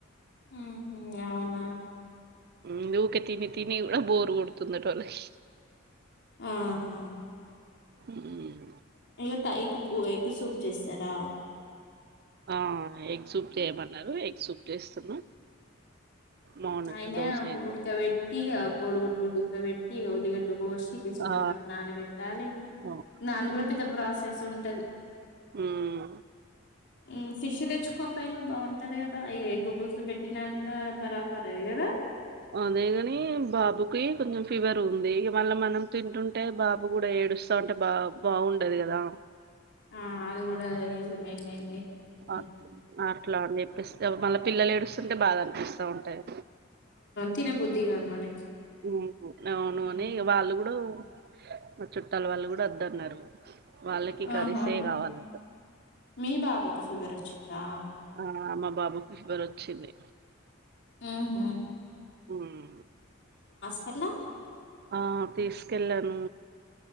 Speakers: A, on the left; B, on the right.
A: ఉమ్ ఉమ్ అవునా
B: ఉమ్ ఊకె తిని తిని కూడా బోరు కొడుతుందట వాళ్ళకి
A: ఆహా
B: హ్మ్మ్
A: ఇగ టైకుపోయి ఎగ్ సూప్ చేస్తరా
B: ఆ ఎగ్ సూప్ చేయమన్నారు ఎగ్ సూప్ చేస్తున్నా మార్నింగ్
A: అయినా
B: దోశ వేసి
A: ఊడక వెట్టి ఇగ కోడుగుడ్లు ఉడక పెట్ ఇగ ఉల్లిగడ్డ కోసి ఇక చింతపండు
B: ఆ
A: నానా పెట్టాలి
B: అవు
A: నాను కూడా పెద్ద ప్రాసెస్ ఉన్ టది
B: ఉమ్
A: ఉమ్ ఫిష్ తెచ్చుకో పోయిన్లు బాగుంటది కదా ఈ ఎగ్ పుల్సు పెట్టినంత బరా పరయి కదా
B: అదేగాని బాబుకి కొంచెం ఫీవర్ ఉంది ఇగ మళ్ళ మనం తింటుంటే బాబు కూడా ఏడుస్తా ఉంటే బా బాగుండది కదా
A: ఆ అది కూడా నిజమేలేండి మ్మ్
B: ఆ అట్లా అని చెప్పేస్తే మళ్ళ పిల్లలు ఏడుస్తుంటే బాద అన్ పిస్తా ఉంటది
A: తిన బుద్ది కాదు మనకి
B: ఉహు అవును
A: మ్మ్
B: అని వాళ్ళు కూడా మా చుట్టాల వాళ్ళు కూడా అద్దు అన్నరు వాళ్ళకి కరీసే
A: ఆహా
B: కావాలంట
A: మీ బాబుకు ఫీవర్ వచ్చిందా
B: ఆ మా బాబుకి ఫీవర్ అచ్చింది
A: ఊహూ
B: ఉమ్
A: ఎట్లా
B: ఆ తీసుకెళ్ళాను